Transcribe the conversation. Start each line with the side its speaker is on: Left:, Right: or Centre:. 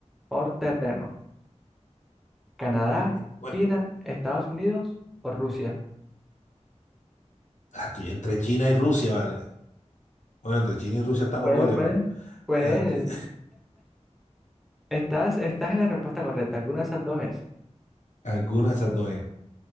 Centre: Por terreno, Canadá,
Left: Bueno,
Centre: China, Estados Unidos o Rusia.
Left: ah, estoy entre China y Rusia, vale. Bueno, entre China y Rusia está Mongolia,
Centre: Puede, puede,
Left: pero
Centre: puede.
Left: ah, te-
Centre: Estás, estás en la respuesta correcta. Alguna de esas dos es.
Left: <laughs> alguna de esas dos es.